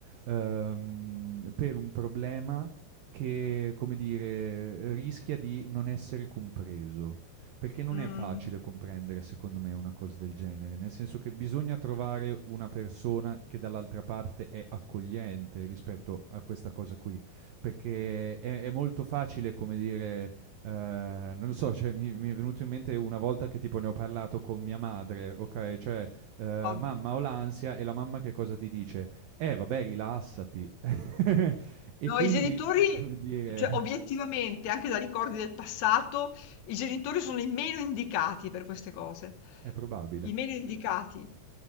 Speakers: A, on the right; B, on the left.
A: uhm, per un problema che, come dire, rischia di non essere compreso. Perché non
B: Mh,
A: è facile comprendere secondo me una cosa del genere, nel senso che bisogna trovare una persona che dall'altra parte è accogliente rispetto a questa cosa qui perché è, è molto facile, come dire, eh, non lo so, cioè, mi, mi è venuto in mente una volta che tipo ne ho parlato con mia madre, ok? Cioè, eh,
B: ov
A: mamma ho l'ansia e la mamma che cosa ti dice? Eh, vabbè, rilassati. <laughs> E
B: No,
A: quindi,
B: i genitori
A: come dire,
B: cioè obiettivamente, anche da ricordi del passato, i genitori sono i meno indicati per queste cose.
A: è probabile,
B: I meno indicati.